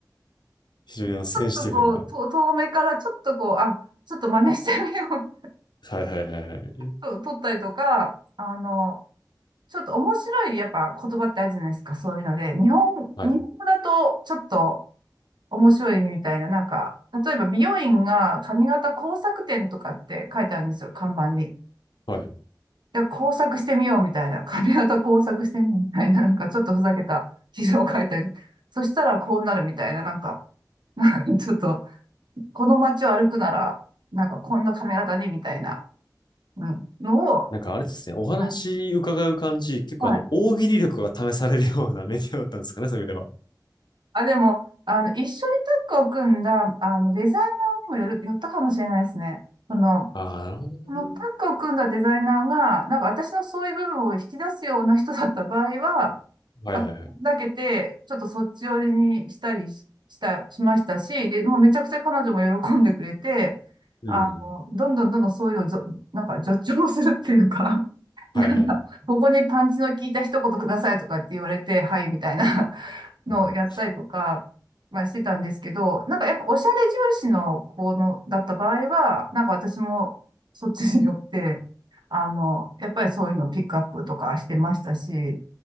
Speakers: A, on the left (about 80°); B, on the right (about 85°).
A: 非常にあの、センシティブな。
B: ょっとこう、と遠目からちょっとこう、あ、ちょっと真似してみよう
A: はいはいはいはい。
B: と、<laughs> 撮ったりとか、あの、ちょっと面白いやっぱ言葉ってあるじゃないですか、そういうので。日本、
A: はい。
B: 日本語だとちょっと面白い意味みたいな、なんか、例えば美容院が髪型工作店とかって書いてあるんですよ、看板に。
A: はい。
B: で、工作してみようみたいな、<laughs> 髪型工作してみようみたいな、なんかちょっとふざけた記事を書いてある。そしたらこうなるみたいな、なんか、なんかちょっと、この街を歩くなら、なんかこんな髪型にみたいな、うん、のを、
A: なんかあれですね、お話伺う感じ、
B: はい。
A: 結構あの、
B: はい。
A: 大喜利力が試されるようなメディアだったんですかね、そういう意味では。
B: あ、でも、あの、一緒にタッグを組んだ、あの、デザイナーにもよる、よったかもしれないですね。その、
A: ああ、なるほどね。
B: このタッグを組んだデザイナーが、なんか私のそういう部分を引き出すような人だった場合は、
A: はいはいはい。
B: 私だけて、ちょっとそっち寄りにしたりし、した、しましたし、で、もうめちゃくちゃ彼女も喜んでくれて、
A: うん。
B: あの、どんどんどんどんそういうのをじょ、なんか助長するっていうか <laughs> なんか、
A: はいはい。
B: ここにパンチの効いた一言くださいとかって言われて、はいみたいな <laughs> のをやったりとか、
A: あの
B: まあしてたんですけど、なんかやっぱおしゃれ重視の子のだった場合は、なんか私もそっちによって、あの、やっぱりそういうのをピックアップとかしてましたし、